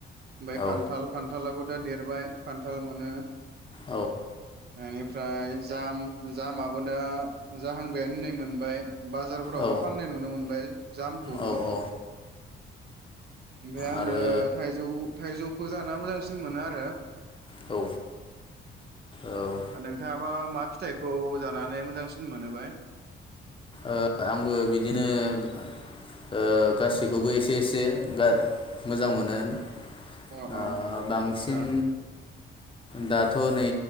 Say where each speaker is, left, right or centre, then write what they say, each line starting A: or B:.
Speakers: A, on the right; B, on the left.
A: ओमफ्राय
B: औ
A: खान्थाल, खान्थालाबो दा देरबाय, खान्थाल मोनो।
B: औ
A: बेनिफ्राय जाम, जामाबो दा जाहांबायानो नै मोनबाय बाजारफोरावबो
B: औ
A: फाननाय नुनो मोनबाय। जामखौबो
B: औ औ
A: ओमफ्राय आङो
B: आरो
A: थाइजौ थाइजौखौ जाना मोजांसिन मोनो आरो।
B: औ औ ओ
A: नोंथाङाबा मा फिथाइखौ जानानै मोजांसिन मोनोबाय?
B: ओ आंबो बिदिनो ओ गासैखौबो एसे एसे मोजां मोनो। ओ
A: अ अ
B: बांसिन
A: आदसा
B: दाथ' नै